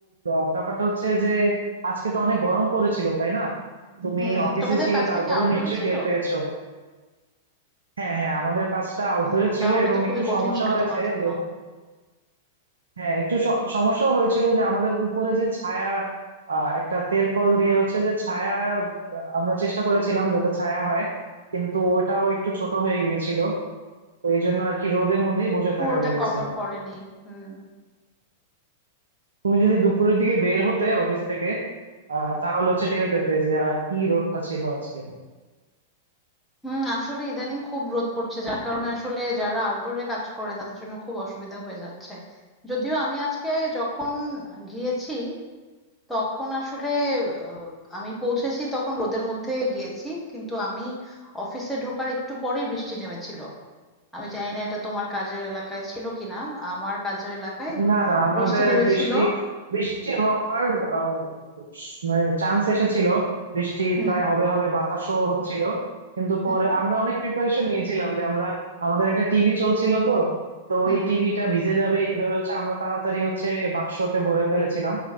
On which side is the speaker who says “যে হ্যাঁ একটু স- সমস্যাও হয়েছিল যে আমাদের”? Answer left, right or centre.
Right